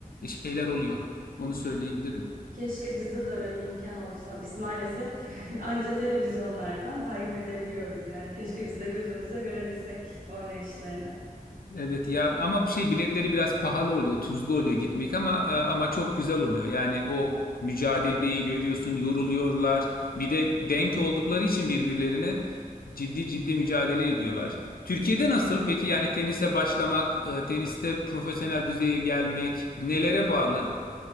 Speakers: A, on the left; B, on the right.
A: şeyler oluyor. Onu söyleyebilirim.
B: Keşke bizde de öyle bir imkan olsa. Biz maalesef <laughs> anca televizyonlardan takip edebiliyoruz. Yani keşke biz de gözümüzle görebilsek oynayışlarını.
A: Evet ya ama şey biletleri biraz pahalı oluyor, tuzlu oluyor gitmek ama e, ama çok güzel oluyor. Yani o mücadeleyi görüyorsun, yoruluyorlar. Bir de denk oldukları için birbirlerine ciddi ciddi mücadele ediyorlar. Türkiye'de nasıl? Peki yani tenise başlamak, e, teniste profesyonel düzeye gelmek nelere bağlı?